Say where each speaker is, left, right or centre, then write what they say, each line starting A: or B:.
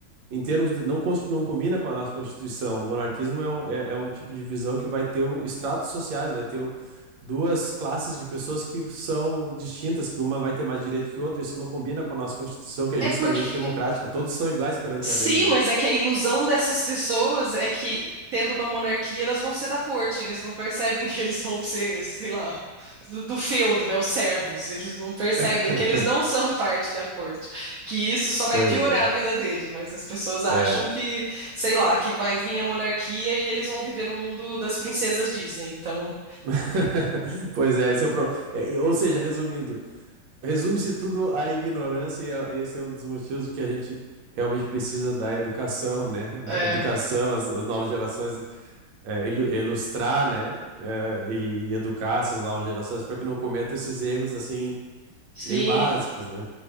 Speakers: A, on the right (about 70°); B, on the right (about 90°).
A: em termos de, não, consti- não combina com a nossa Constituição. O monarquismo é um, é, é um tipo de visão que vai ter o- estratos sociais, vai ter o- duas classes de pessoas que são distintas, que uma vai ter mais direito que outra. Isso não combina com a nossa Constituição, que é
B: É
A: justamente
B: porque
A: democrática. Todos são iguais perante
B: Sim,
A: a lei, né?
B: mas é que a ilusão dessas pessoas é que, tendo uma monarquia, elas vão ser da corte. Eles não percebem que eles vão ser, sei lá, do, do feudo, né? Os servos. Eles não percebem
A: <laughs>
B: que eles não são parte da corte. Que isso só vai
A: Pois
B: piorar
A: é.
B: a vida deles. Mas as pessoas acham
A: É.
B: que, sei lá, que vai vir a monarquia e eles vão viver no mundo das princesas Disney. Então,
A: <laughs> Pois é, esse é o pro... é, ou seja, resumindo, resume-se tudo à ignorância e a- esse é um dos motivos que a gente realmente precisa da educação, né?
B: é.
A: <laughs> Educação, as, as novas gerações é, ilu- ilustrar, né, é, e educar essas novas gerações para que não cometam esses erros assim
B: Sim,
A: meio básicos, né?